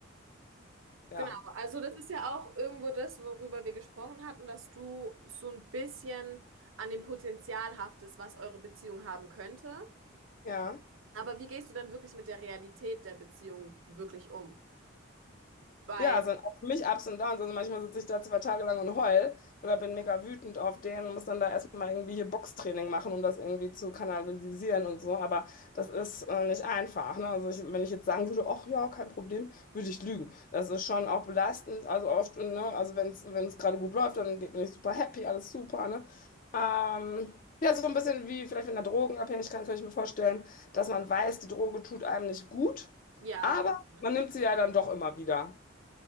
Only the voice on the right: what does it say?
genau. Also das ist ja auch irgendwo das, worüber wir gesprochen hatten, dass du so ein bisschen an dem Potenzial haftest, was eure Beziehung haben könnte.
Aber wie gehst du denn wirklich mit der Realität der Beziehung wirklich um? Weil,
ja,
auf jeden Fall.
Mhm.